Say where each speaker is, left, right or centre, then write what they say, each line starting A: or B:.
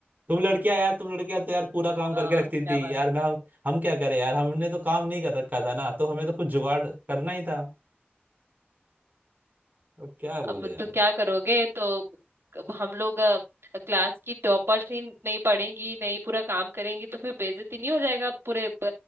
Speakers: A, on the right; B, on the right.
A: तुम लड़कियां यार तुम लड़कियां तो यार पूरा काम
B: वाह
A: करके रखती
B: क्या
A: थी
B: बात
A: यार मैं हम, हम क्या करें यार हमने तो काम नहीं कर रखा था ना तो हमें तो कुछ जुगाड़ करना ही था अब क्या बोले
B: अब
A: यार
B: तो क्या करोगे तो हम लोग अ, क्लास की टॉपर्स ही नहीं पढ़ेंगी नहीं पूरा काम करेंगी तो फिर बेइज्जती नहीं हो जाएगा पूरे अ,